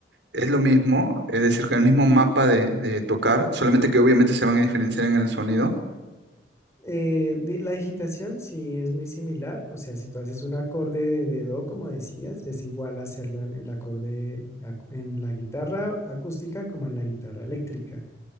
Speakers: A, on the right; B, on the left.
A: Es lo mismo, es decir, que el mismo mapa de, de tocar, solamente que obviamente se van a diferenciar en el sonido.
B: Eh, di- la digitación sí es muy similar, o sea, si tú haces un acorde de, de do, como decías, es igual hacerlo en el acorde acu- en la guitarra acústica como en la guitarra eléctrica.